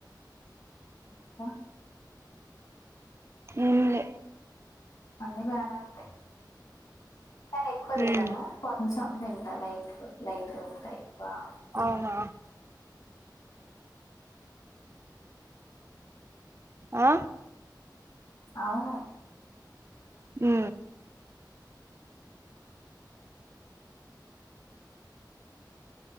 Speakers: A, on the left; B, on the right.
A: ఇంకా
B: ఎంలే
A: అన్నీ బానే ఉంటాయి కానీ ఎక్కువ తినను
B: ఉమ్
A: కొంచెం తి లైట్ ఫుడ్ లైట్గా తింటా ఎక్కువ తి
B: అవునా ఆ
A: అవును
B: ఆ